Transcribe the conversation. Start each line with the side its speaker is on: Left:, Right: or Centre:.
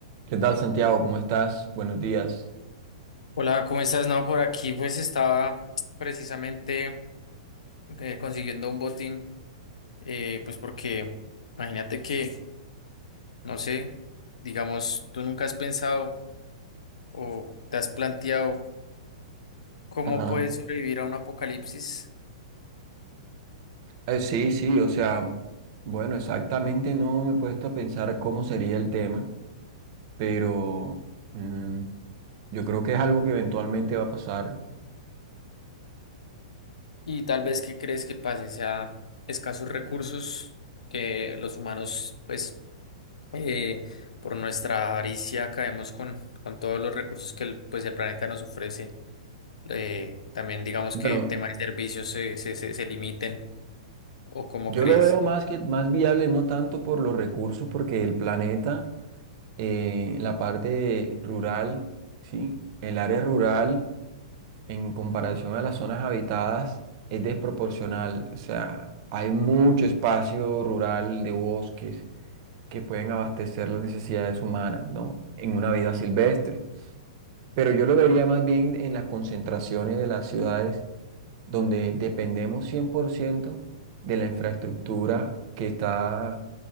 Right: ¿Qué tal, Santiago? ¿Cómo estás? Buenos días.
Left: Hola, ¿cómo estás? No, por aquí pues estaba precisamente eh, consiguiendo un botín, eh, pues porque imagínate que, no sé, digamos, tú nunca has pensado o te has planteado cómo
Right: Ajá.
Left: puedes sobrevivir a un apocalipsis
Right: Eh, sí, sí, o sea, bueno, exactamente no me he puesto a pensar cómo sería el tema, pero mm, yo creo que es algo que eventualmente va a pasar.
Left: y tal vez qué crees que pase, o sea escasos recursos que los humanos pues eh, por nuestra avaricia caemos con, con todos los recursos que el, pues el planeta nos ofrece. eh, también digamos
Right: Bueno,
Left: que tema de servicios se, se, se, se limiten o cómo
Right: yo
Left: crees.
Right: lo veo más que más viable, no tanto por los recursos, porque el planeta, eh, la parte rural, sí, el área rural. en comparación a las zonas habitadas es desproporcional. O sea, hay mucho espacio rural de bosques que pueden abastecer las necesidades humanas, ¿no? En una vida silvestre. Pero yo lo vería más bien en las concentraciones de las ciudades donde dependemos 100% de la infraestructura que está